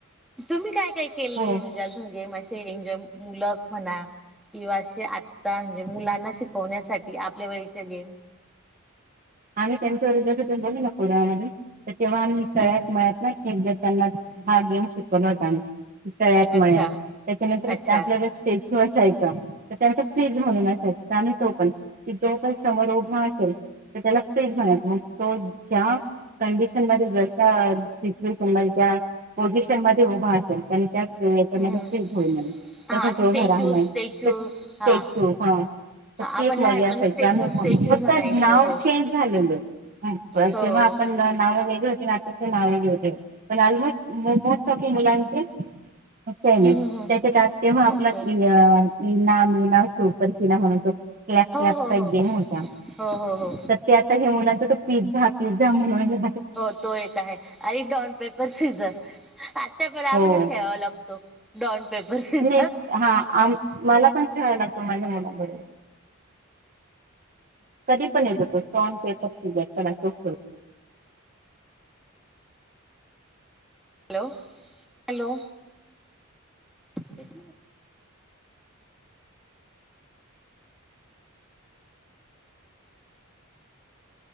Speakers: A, in the centre; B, on the right (about 40°).
A: तुम्ही काय -काय केलंय
B: हो
A: म्हणजे अजून गेम असे एन्जॉय मुलं म्हणा? किंवा अस आता म्हणजे मुलांना शिकवण्यासाठी आपल्या वेळेचे गेम
B: <unintelligible> आम्ही त्यांच्या वेळेस बोल ना कोडमधून तर तेव्हा आम्ही
A: हम्म
B: तळ्यात- मळ्यात खेळाच हा गेम शिकवला होता तळ्यात-
A: अच्छा
B: मळ्यात त्याच्यानंतर
A: अच्छा
B: आपल्याला स्पीच सोचचा तर त्यानंतर फ्रीग झालेल असायचं आणि तो पण की जो पण समोर उभा असाचा. त्याला पेज म्हणायचं मग तो त्या कंडिशन मध्ये जश सच्युएश न म त्या पोझिशन मध्ये उभा असेल आणि त्या मध्ये
A: हम्म
B: घऊ
A: हा
B: तसचढं
A: स्टॅच्यू
B: राहिलाय
A: स्टॅच्यू
B: तर
A: हा
B: ते ठेव <unintelligible> ती
A: आपण
B: एक
A: लहानपणी
B: मर्यादा
A: स्टॅच्यू
B: आहे
A: स्टॅच्यू
B: फक्त
A: म्हणायचो
B: नाव
A: हो
B: चेंज ते घालवलं पण
A: हो.
B: तेव्हा आपण नाव वगैरे घरी ना हो पण म मुलांचे <unintelligible> त्याच्यात
A: हम्म हम्म हम्म
B: असते तेव्हा आपल
A: ओके
B: इना -मीना सुपर सीना म्हणून तो क्लॅप-क्लॅप
A: हो हो हो
B: नगेम होत्ता.
A: हो हो हो
B: सध्या आता हे मुलांचं पिझ्झा- पिझ्झा म्हणाल्या
A: हो तो एक आहे आणि डॉन <inaudible> पेपर सीझर त्या बराबरन
B: हो.
A: न खेळावा लागतो स्ट्रॉंग, पेपर, सिजर
B: नाही हा मला पण खेळाव लागतो माझ्या मुलाबरोबर कधी पण येतो तो स्ट्रॉंग, पेपर, सिजर खेळायचे असेल.
A: हॅलो -हॅलो तिथलं <unintelligible>